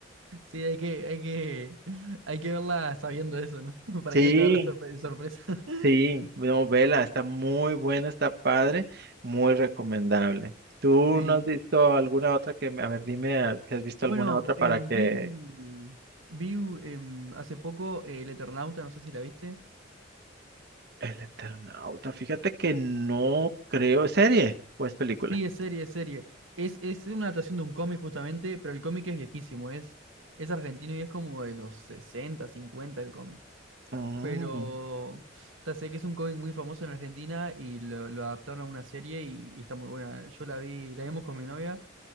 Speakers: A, on the right (about 85°); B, on the right (about 55°).
A: Sí, hay que, hay que, hay que verla sabiendo eso, ¿no? <laughs> Para
B: Sí,
A: que no te agarre sorpre- sorpresa. <laughs>
B: sí, no, vela, está muy buena, está padre, muy recomendable. ¿Tú
A: Sí.
B: no has visto alguna otra que, me- a ver, dime ah, si has visto
A: Bueno,
B: alguna otra para
A: em,
B: que
A: vi, vi em, hace poco eh, El Eternauta, no sé si la viste.
B: El Eternauta, fíjate que no creo, ¿es serie o es película?
A: Sí, es serie, es serie. Es, es una adaptación de un cómic justamente, pero el cómic es viejísimo, es, es argentino y es como de los 60, 50 el cómic.
B: Mm,
A: Pero ta, sé que es un cómic muy famoso en Argentina y lo, lo adaptaron a una serie y, y está muy buena. Yo la vi, la vimos con mi novia